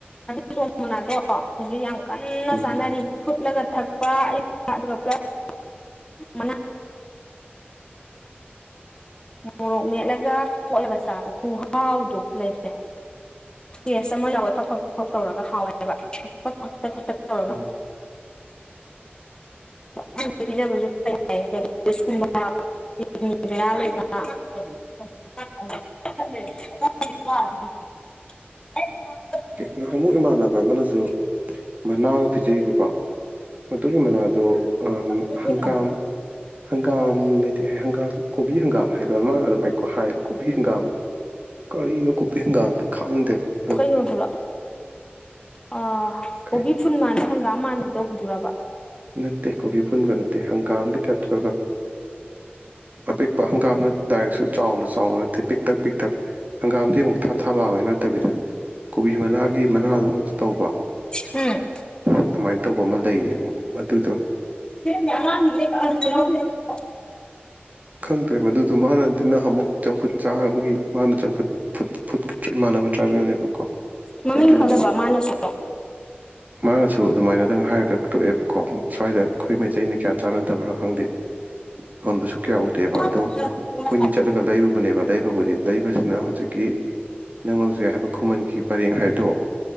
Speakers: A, on the left; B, on the right.
A: ꯑꯗꯨ ꯆꯣꯝ ꯃꯅꯥꯗꯦ ꯀꯣ ꯍꯧꯖꯤꯛ ꯌꯥꯝ ꯀꯟꯅ
B: ꯎꯝ
A: ꯆꯥꯅꯔꯤ ꯐꯨꯠꯂꯒ ꯊꯛꯄ ꯑꯌꯨꯛꯇ ꯑꯗꯨꯒ ꯄꯨꯂꯞ <unintelligible> ꯃꯣꯔꯣꯛ ꯃꯦꯠꯂꯒ ꯒꯣꯠꯂꯒ ꯆꯥꯕ ꯈꯣꯡꯍꯥꯎꯗꯣ ꯂꯩꯇ꯭ꯔꯦ ꯇꯦꯁ ꯑꯃ ꯌꯥꯎꯋꯦ ꯊꯛ ꯐ ꯊꯛ ꯇꯧꯔꯒ ꯍꯥꯎꯋꯦꯕ <unintelligible> ꯇꯧꯔꯒ
B: ꯎꯝ
A: <unintelligible> <inaudible>
B: ꯅꯍꯥꯟꯃꯨꯛ ꯏꯃꯥꯟꯅꯕ ꯑꯃꯅꯁꯨ ꯃꯅꯥ ꯑꯃ ꯄꯤꯖꯩꯕꯀꯣ ꯑꯗꯨꯒꯤ ꯃꯅꯥꯗꯣ
A: ꯀꯩꯅꯣ
B: ꯍꯪꯀꯥꯝ ꯍꯪꯒꯥꯝꯅꯤꯗꯤ ꯍꯥꯢ ꯍꯪꯒꯥꯝ ꯀꯣꯕꯤ ꯍꯪꯒꯥꯝ ꯍꯥꯏꯕ ꯑꯃ ꯑꯗꯨꯃꯥꯏꯀꯣ ꯍꯥꯏꯌꯦꯕ ꯀꯣꯕꯤ ꯍꯪꯒꯥꯝ ꯀꯔꯤꯅꯣ ꯀꯨꯞꯄꯤ ꯍꯪꯒꯝꯗꯤ ꯈꯪꯗꯦꯕ ꯑꯗꯣ
A: ꯀꯩꯅꯣꯗꯨꯔ ꯑ
B: ꯀꯩ
A: ꯀꯣꯕꯤ ꯐꯨꯟ ꯃꯥꯟꯕ ꯍꯪꯒꯥꯝ ꯃꯥꯟꯒꯦ ꯇꯧꯕꯗꯨꯔꯕ
B: ꯅꯠꯇꯦ ꯀꯣꯕꯤ ꯐꯨꯟꯒ ꯅꯠꯇꯦ ꯍꯪꯒꯥꯝꯒꯤ ꯇꯥꯏꯞꯇꯧꯔꯒ ꯑꯄꯤꯛꯄ ꯍꯪꯒꯥꯝꯅ ꯗꯥꯏꯔꯛꯁꯨ ꯆꯥꯎꯅ ꯆꯥꯎꯅ <unintelligible> ꯄꯤꯛ ꯄꯤꯛꯇꯛ ꯄꯤꯛꯇꯛ ꯍꯪꯒꯥꯝꯗꯤ ꯑꯃꯨꯛ ꯊꯥ ꯊꯥ ꯂꯥꯎꯋꯦ ꯅꯠꯇꯕꯤꯗ ꯀꯣꯕꯤ ꯃꯅꯥꯒꯤ ꯃꯅꯥꯗꯧꯅꯁꯨ ꯇꯧꯕ
A: ꯎꯝ
B: ꯑꯗꯨꯃꯥꯏꯅ ꯇꯧꯕ ꯑꯃ ꯂꯩꯌꯦ ꯃꯗꯨꯗꯣ
A: <unintelligible>
B: ꯈꯪꯗ꯭ꯔꯦ ꯃꯗꯨꯗꯨ ꯃꯥꯅꯗꯤ ꯅꯍꯥꯃꯨꯛ ꯆꯝꯐꯨꯠ ꯆꯥꯕꯒꯤ ꯃꯥꯅ ꯆꯝꯐꯨꯠ ꯐꯨꯠ ꯐꯨꯠ ꯏꯃꯥꯟꯅꯕ ꯇ꯭ꯔꯥꯕꯦꯜꯅꯦꯕꯀꯣ
A: ꯃꯃꯤꯡ
B: ꯆꯥꯟꯗꯦꯜꯗꯒꯤ
A: ꯈꯪꯗꯕ ꯃꯥꯅꯁꯨ
B: ꯃꯥꯅꯁꯨ ꯑꯗꯨꯃꯥꯏꯅꯗꯪ ꯍꯥꯏꯔꯒ ꯇꯣꯛꯑꯦꯕꯀꯣ ꯁ꯭ꯋꯥꯏꯗ ꯑꯩꯈꯣꯏ ꯃꯩꯇꯩ ꯃꯩꯇꯩꯅ ꯀꯌꯥ ꯆꯥꯟꯅꯗꯕ꯭ꯔꯥ ꯈꯪꯗꯦ ꯌꯣꯟꯕꯁꯨ ꯀꯌꯥ ꯎ ꯗꯦꯕ
A: ꯎꯝ
B: ꯑꯗꯣ ꯑꯩꯈꯣꯏꯅꯤ
A: ꯎꯝ
B: ꯆꯠꯂꯒ ꯂꯩꯔꯨꯕꯅꯦꯕ ꯂꯩꯕꯕꯨꯗꯤ ꯂꯩꯕꯁꯤꯅ ꯍꯧꯖꯤꯛꯀꯤ ꯅꯪꯅ ꯍꯎꯖꯤꯛꯁ ꯍꯥꯏꯕ ꯈꯨꯃꯟꯈꯤ ꯄꯔꯦꯡ ꯍꯥꯏꯗꯣ